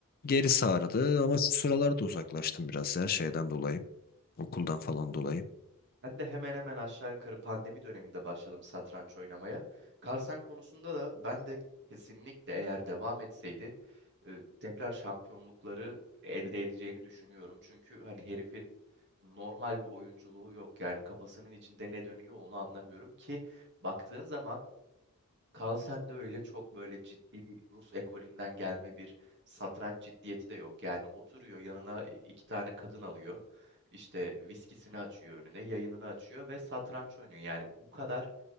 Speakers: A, on the left (about 40°); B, on the right (about 50°).
A: geri sardı. Ama şu sıralarda uzaklaştım biraz ya şeyden dolayı. Okuldan falan dolayı.
B: Ben de hemen hemen aşağı yukarı pandemi döneminde başladım satranç oynamaya. Carlsen konusunda da ben de kesinlikle eğer devam etseydi e, tekrar şampiyonlukları elde edeceğini düşünüyorum. Çünkü hani herifin normal bir oyunculuğu yok. Yani kafasının içinde ne dönüyor onu anlamıyorum ki baktığın zaman Carlsen de öyle çok böyle ciddi Rus ekolünden gelme bir satranç ciddiyeti de yok. Yani oturuyor yanına iki tane kadın alıyor. İşte viskisini açıyor önüne, yayınını açıyor ve satranç oynuyor. Yani bu kadar